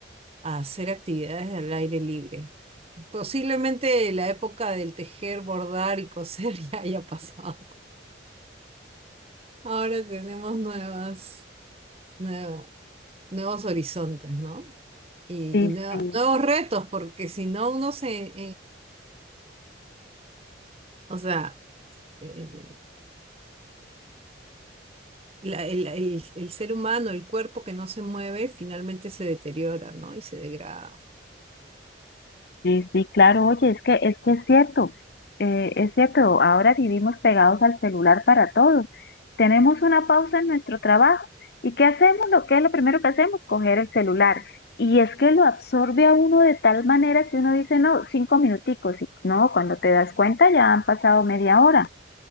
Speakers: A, on the right; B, on the left.
A: hacer actividades al aire libre. Posiblemente la época del tejer, bordar y coser <laughs> ya haya pasado. Ahora tenemos nuevas, nueva- nuevos horizontes, ¿no? Y,
B: Sí,
A: y nueva-
B: sí.
A: nuevos retos, porque si no uno se, O sea, eh, la- el, el- el ser humano, el cuerpo que no se mueve, finalmente se deteriora, ¿no? Y se degrada.
B: Sí, sí, claro, oye, es que, es que es cierto, eh, es cierto, ahora vivimos pegados al celular para todo. Tenemos una pausa en nuestro trabajo y ¿qué hacemos? Lo que es lo primero que hacemos, coger el celular. Y es que lo absorbe a uno de tal manera que uno dice, no, cinco minuticos, y no, cuando te das cuenta ya han pasado media hora.